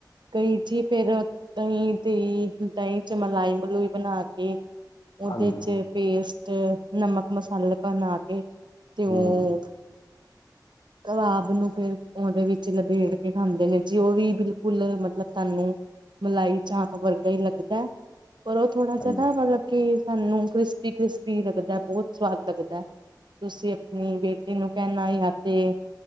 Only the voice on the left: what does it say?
ਹਾਂਜੀ
ਹੂੰ
ਹਾਂਜੀ
ਹਾਂਜੀ